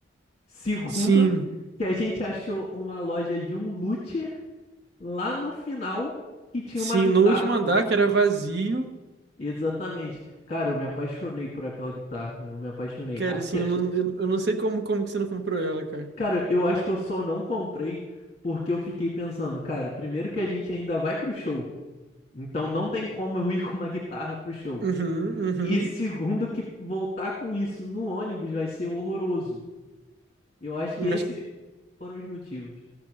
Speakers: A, on the left; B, on the right.
A: Segundo,
B: Sim,
A: que a gente achou uma loja de um luthier lá no final que tinha
B: sim,
A: uma guitarra
B: no último
A: acústica.
B: andar, que era vazio,
A: Exatamente. Cara, eu me apaixonei por aquela guitarra. Eu me apaixonei.
B: cara,
A: Até...
B: assim, eu não, eu, eu não sei como, como que você não comprou ela, cara.
A: Cara, eu acho que eu só não comprei porque eu fiquei pensando, cara, primeiro que a gente ainda vai pro show. Então não tem como eu ir com uma guitarra pro show.
B: Uhum, uhum.
A: E segundo, que voltar com isso no ônibus vai ser horroroso. Eu acho que esses
B: Mas,
A: foram os motivos.